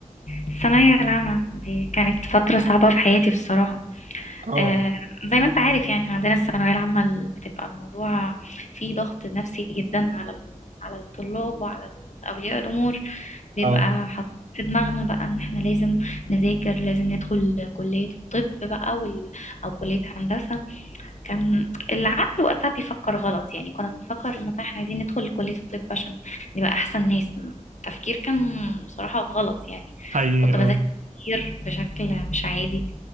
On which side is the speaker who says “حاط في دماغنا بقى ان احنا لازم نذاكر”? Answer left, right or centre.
Left